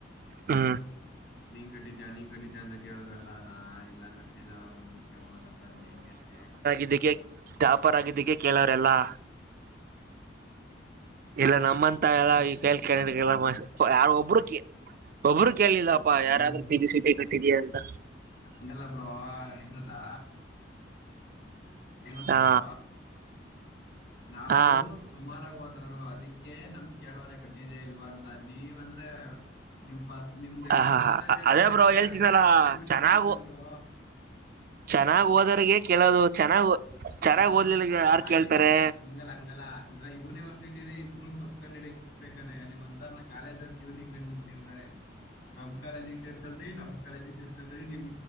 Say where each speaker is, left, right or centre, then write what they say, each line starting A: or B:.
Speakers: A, on the right; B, on the left.
A: ಹ್ಮ
B: ನೀನ್ ಕಟ್ಟಿದ್ಯಾ ನೀನ್ ಕಟ್ಟಿದ್ಯಾ ಅಂತ ಕೇಳಿದ್ರಲ್ಲ ನಾ ಇಲ್ಲ ಕಟ್ಟ ಇಲ್ಲ ಮುಂದುಕೆ ಓದಕೆ ಅಂಗೆ ಇಂಗೆ ಅಂತ
A: <unintelligible> ಟಾಪಾರ್ ಆಗಿದ್ದಕ್ಕೆ ಕೇಳೋರೆಲ್ಲಾ. ಇಲ್ಲ ನಮ್ಮಂತ ಎಲ್ಲ
B: ಏನ್
A: ಈ ಫೆಲ್ ಕ್ಯಾಂಡಿಟೇಟ್ಗೆಲ್ಲಾ
B: ಮಾಡೋದು
A: ಯಾರ್ ಒಬ್ರು ಕೆ ಒಬ್ರು ಕೇಳಲಿಲ್ಲ. ಪ
B: ಹಂಗಲ್ಲ
A: ಯಾರಾದ್ರೂ ಪಿಜಿ ಸಿಇಟಿ ಕಟ್ಟಿದ್ಯಾಅಂತ.
B: ಹಂಗಲ್ಲ ಬ್ರೋ ಹೆಂಗೊತ್ತಾ. ಎನ್ ಗೊತ್ತ
A: ಹಾ
B: ಬ್ರೊ ನಾವು
A: ಹಾ
B: ಸು ಸುಮಾರಾಗ್ ಹೋದವ್ರು ಅದಕ್ಕೆೇ ನಮ್ ಕೇಳವ್ರ ಕಟ್ಟಿದೆೇ ಇಲ್ವಾ ಅಂತ ನೀವ್ ಅಂದ್ರೆ. ನಿಮ್ ಪರ್ ನಿಮ್ದ
A: ಹಾ
B: ಎಲ್ಲಾ
A: ಹಾ
B: ಪರ್ಸೆಂಟೇಜ್
A: ಹಾ ಅದೇ
B: ನೋಡೊನೆ
A: ಬ್ರೋ ಹೇಳ್ತೀನಲ್ಲ
B: ಕಾಲೇಜ್ ಅವ್ರೆ ಕಿವ್ ನಿಂತಿರ್ತಾರೆ
A: ಚೆನ್ನಾಗು
B: ಬ್ರೊ.
A: ಚೆನ್ನಾಗ್ ಹೋದರ್ಗೆ ಕೇಳೋದು ಚೆನ್ನಾಗ್ ಚೆನ್ನಾಗ್
B: ಅಲ್ಲ
A: ಓದ್ಲಿಲ್ಲ ಯಾರ್
B: ಕಾಲೇಜ್
A: ಕೇಳ್ತಾರೆ
B: ಹಂಗಲ್ಲ ಹಂಗಲ್ಲ, ಈವಗ ಯೂನಿವರ್ಸಿಟಿೇ ಇಬ್ಬರುೂ ತೊಕೊಂಡ್ ಹಿಡಕ್ ಇಕ್ಬೇಕಾರೆ ನೀವ್ ಅಂತರ ನ ಕಾಲೇಜ ಕಿವ್ ನಿನ್ಕೊಂಡು ನಿಂತಿರ್ತಾರೆ. ನಮ್ ಕಾಲೇಜಿಗ್ ಸೇರ್ಕಲ್ರಿ ನಮಮ್ಮ ಕಾಲೇಜಿಗೆ ಸೇರ್ಕಲ್ರಿ ನಿಮ್